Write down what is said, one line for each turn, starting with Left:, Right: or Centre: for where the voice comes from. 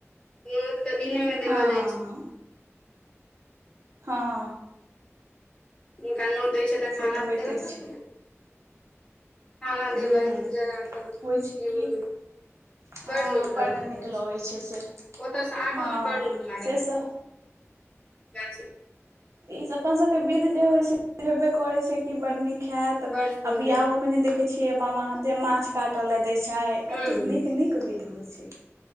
Left: न्योत तऽ दिने मे देवल
Right: हँ हँ
Left: जाइ छै।
Right: हँ हँ-
Left: जिनका नोत दै छै तऽ
Right: से
Left: खाना
Right: होइते
Left: तऽ देबऽ पड़तै
Right: छै
Left: ने- खाना
Right: ह्म
Left: देलथि जगा कऽ बिहूर
Right: होइ छै कि
Left: मे।
Right: हँ
Left: बड़ नीक
Right: बड्ड
Left: लगैत रहैत
Right: नीक लगै
Left: छै
Right: से
Left: ओतयसँ आबऽ
Right: हँ
Left: मे बड़ नीक लागत।
Right: सेसभ
Left: गाछी।
Right: ई अपन सबके विध जे होइ छै हेबे करै छै। की बड़ नीक हेत
Left: बड़ सुन्दर
Right: आ बियाहो में ने देखे छीयै बामा हाथे माछ काटऽ लेए देै छै। छै
Left: हूँ
Right: कतेक नीक नीक विध होइ छै।